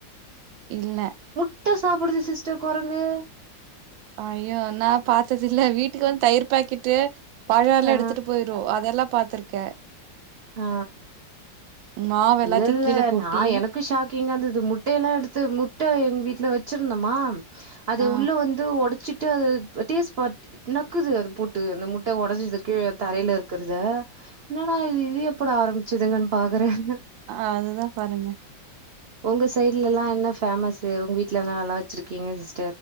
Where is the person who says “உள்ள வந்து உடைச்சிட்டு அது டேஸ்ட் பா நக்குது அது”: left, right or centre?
Right